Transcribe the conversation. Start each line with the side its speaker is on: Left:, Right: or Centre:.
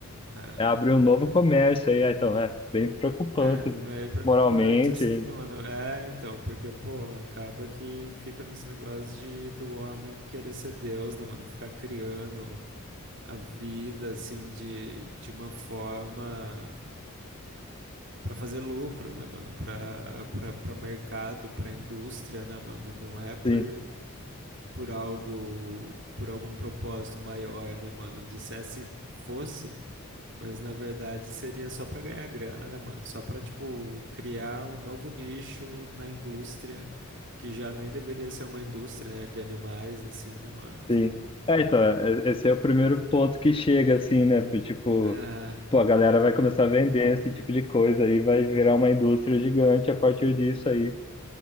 Right: É,
Left: É abrir um novo comércio aí. ah, Então, é bem preocupante
Right: é meio preocupante
Left: moralmente.
Right: assim, né, mano? É, então, porque, pô, acaba que fica nesse negócio de do homem querer ser Deus, né, mano? Ficar criando a vida assim de, de uma forma pra fazer lucro, né, mano? Pra, pra, pra mercado, pra indústria, né, mano? Não é por
Left: Sim,
Right: por algo, por algum propósito maior, né, mano? Dissesse fosse, mas na verdade seria só pra ganhar grana, né, mano? Só pra, tipo, criar um novo nicho na indústria, que já nem deveria ser uma indústria, né, de animais, assim, né, mano? Tipo,
Left: sim. É, então, é- esse é o primeiro ponto que chega, assim, né? Tipo
Right: é,
Left: Pô, a galera vai começar a vender esse tipo de coisa aí, vai virar uma indústria gigante a partir disso aí.